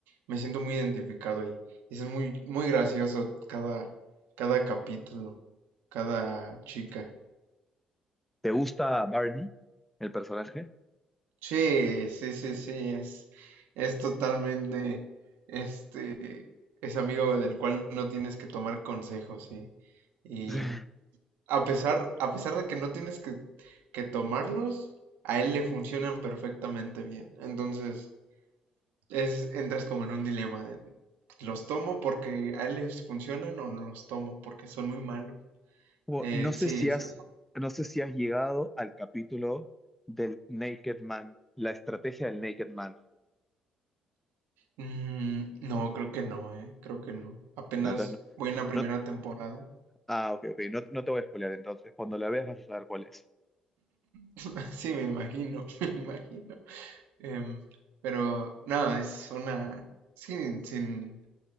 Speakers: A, on the right; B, in the centre.
A: me siento muy identificado ahí. es muy, muy gracioso cada, cada capítulo, cada chica.
B: ¿te gusta Barney, el personaje?
A: Sí, sí, sí, sí, es, es totalmente, este, es amigo del cual no tienes que tomar consejos, sí. Y,
B: <laughs>
A: a pesar, a pesar de que no tienes que, que tomarlos, a él le funcionan perfectamente bien. Entonces, es, entras como en un dilema de los tomo porque a él les funcionan o no los tomo porque son muy malos.
B: Wo-
A: Eh,
B: no sé
A: sí,
B: si has,
A: sí.
B: no sé si has llegado al capítulo del Naked Man, la estrategia del Naked Man.
A: Mm, no, creo que no, eh. Creo que no. Apenas
B: No, entonces
A: voy en la primera
B: no, no-
A: temporada.
B: ah, ok, ok, no, no te voy a spoilear entonces. Cuando la veas vas a saber cuál es.
A: <laughs> Sí, me imagino, <laughs> me imagino. Em, pero nada, es una. Sin, sin,